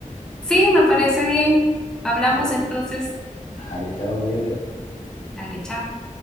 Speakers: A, in the centre; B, on the left.
A: sí, me parece bien. Hablamos
B: Ya, pues,
A: entonces.
B: dale, chao, cuídate.
A: Dale, chao.